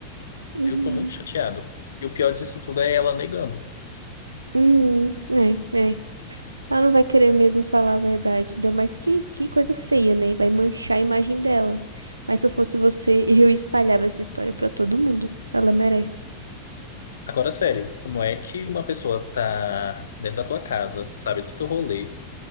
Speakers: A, on the right (about 75°); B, on the left (about 65°).
A: Uhum.
B: Eu tô muito chateado. E o pior disso tudo é ela negando.
A: Uhum. É, é. Ela não vai querer mesmo falar a verdade. Ainda mais que, que coisa feia, né? Vai manchar a imagem dela. Mas se eu fosse você, <laughs> eu espalhava essa história pra todo mundo. Ela merece.
B: Agora, sério, como é que uma pessoa tá dentro da tua casa, sabe do teu rolê,